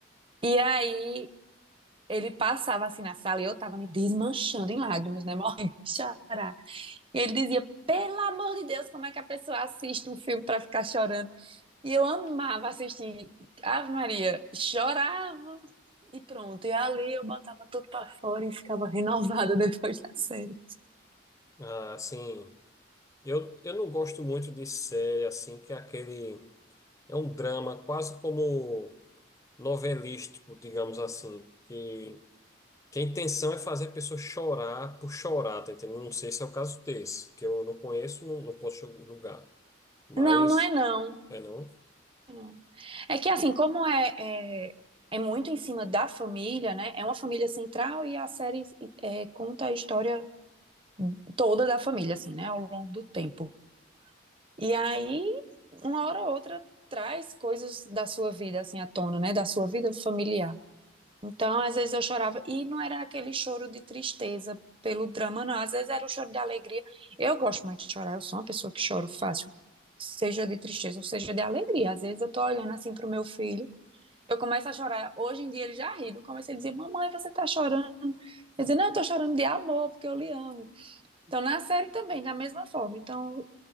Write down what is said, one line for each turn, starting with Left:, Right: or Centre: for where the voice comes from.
Right: E aí ele passava assim na sala e eu tava me desmanchando em lágrimas, né? <laughs> Morrendo de chorar. E ele dizia: pelo amor de Deus, como é que a pessoa assiste um filme pra ficar chorando? E eu amava assistir Ave Maria, chorava e pronto. E ali eu botava tudo pra fora e ficava renovada <laughs> depois da série.
Left: Ah, sim. Eu, eu não gosto muito de série assim, que é aquele. É um drama quase como novelístico, digamos assim. Que, que a intenção é fazer a pessoa chorar por chorar, tá entendendo? Não sei se é o caso desse, que eu não conheço, não, não posso julgar. Mas,
Right: Não, não é não.
Left: é não?
Right: Não. É que assim, como é, é, é muito em cima da família, né? É uma família central e a série é, conta a história toda da família, assim, né? Ao longo do tempo. E aí, uma hora ou outra, traz coisas da sua vida, assim, à tona, né? Da sua vida familiar. Então, às vezes eu chorava, e não era aquele choro de tristeza pelo drama, não, às vezes era o choro de alegria. Eu gosto muito de chorar, eu sou uma pessoa que choro fácil, seja de tristeza ou seja de alegria. Às vezes eu tô olhando assim pro meu filho, eu começo a chorar. Hoje em dia ele já ri, eu comecei a dizer: Mamãe, você tá chorando? Eu dizia: Não, eu tô chorando de amor, porque eu lhe amo. Então, na série também, da mesma forma. Então,